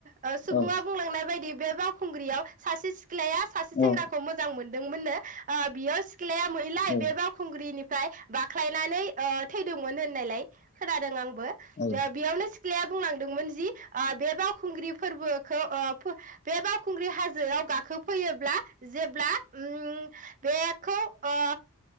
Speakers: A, on the right (about 35°); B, on the left (about 30°).
A: ओ सुबुङा
B: औ
A: बुंलांनाय बायदि बे बावखुंग्रियाव सासे सिख्लाया सासे
B: औ
A: सेंग्राखौ मोजां मोन दोंमोन नो ओ बेयो सिख्लया मोनैलाय
B: औ
A: बे बावखुंग्रिनि ओमफ्राय बाख्लायनानै ओ थैदोंमोन होननायलाय खोनादों आंबो ओ बेयावनो
B: औ
A: सिख्लाया बुंलांदोंमोन जि बे बावखुंग्रि फोरबोखौ ओ बे बावखुंग्रि हाजोआव गाखोफैयोब्ला जेब्ला उम बे खौ ओ